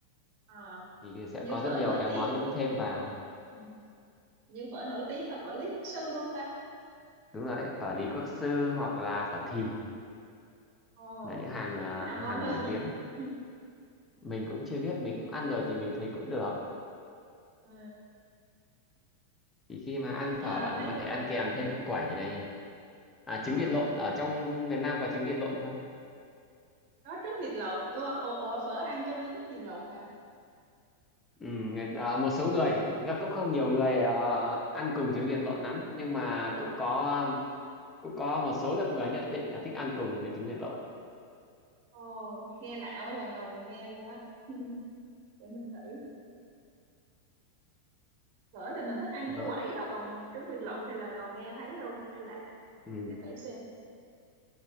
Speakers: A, on the right; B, on the left.
A: à,
B: thì sẽ
A: hình như
B: có rất
A: phở
B: nhiều
A: nổi
B: cái
A: tiếng
B: món
A: ừ.
B: thêm vào
A: Ừ. hình như phở nổi tiếng là phở Lý Quốc Sư đúng không ta
B: đúng rồi đấy phở Lý Quốc Sư hoặc là phở Thìn
A: ồ
B: là những hàng à,
A: cái nào ngon
B: hàng
A: hơn
B: nổi
A: vậy
B: tiếng
A: <laughs>
B: mình cũng chưa biết mình cũng ăn rồi thì mình thấy cũng được
A: Ờ,
B: thì khi mà ăn
A: chắc
B: phở
A: ờ,
B: bạn
A: mấy
B: có
A: cái
B: thể ăn
A: phở nổi
B: kèm thêm
A: tiếng
B: quẩy này à, trứng
A: à,
B: vịt lộn ở trong miền Nam có trứng vịt lộn không
A: có trứng vịt lộn Ủa mà ồ, phở ăn chung với trứng vịt lộn hả
B: ừ, người, à, một số người thực ra cũng không nhiều người ờ, ăn cùng trứng vịt lộn lắm nhưng mà cũng có cũng có một số lượng người nhất định là thích ăn cùng với trứng vịt lộn
A: ồ nghe lạ quá lần đầu mình nghe luôn á <laughs> để mình thử phở thì mình thích ăn
B: rồi
A: như quẩy thôi còn trứng vịt lộn thì lần đầu nghe thấy luôn hay lạ
B: ừ.
A: để thử xem